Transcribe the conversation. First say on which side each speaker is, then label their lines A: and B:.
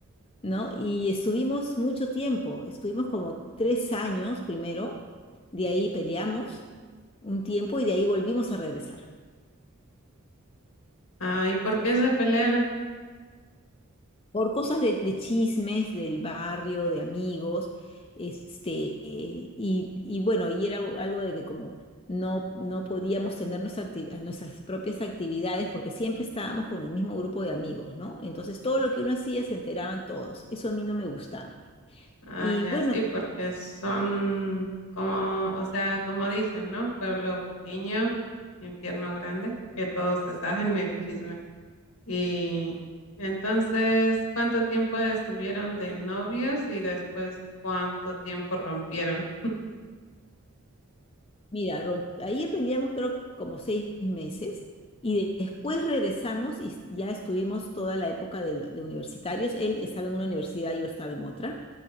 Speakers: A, on the left; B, on the left.
A: ¿no? Y estuvimos mucho tiempo, estuvimos como tres años primero, de ahí peleamos un tiempo y de ahí volvimos a regresar.
B: Ah, ¿y por qué se pelearon?
A: Por cosas de, de chismes del barrio, de amigos, este, eh, y, y bueno, y era algo de que como no, no podíamos tener nuestra acti- nuestras propias actividades porque siempre estábamos con el mismo grupo de amigos, ¿no? Entonces todo lo que uno hacía se enteraban todos. Eso a mí no me gustaba.
B: Ah,
A: Y
B: ya
A: bueno,
B: sí, porque son como, o sea, como dicen, ¿no? Pueblo pequeño, infierno grande, que todos se saben el chisme. Y entonces, ¿cuánto tiempo estuvieron de novios y después cuánto tiempo rompieron?
A: Mira, romp- ahí peleamos creo que como seis meses y de- después regresamos y s- ya estuvimos toda la época de, la- de universitarios. Él estaba en una universidad, yo estaba en otra,